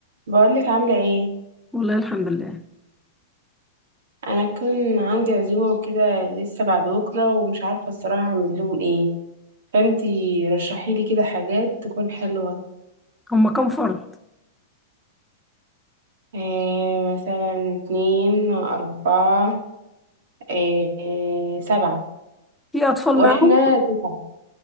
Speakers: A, on the right; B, in the centre.
A: بقولك عاملة ايه
B: والله الحمد لله
A: انا كان عندي عزومة وكده لسه بعد بكرة ومش عارفة الصراحة اعمل لهم ايه فانتي رشحيلي كده حاجات تكون حلوة
B: هم كم فرد
A: إيه مثلا اتنين اربعة إيه سبعة
B: في اطفال
A: واحنا
B: معاهم
A: تسعة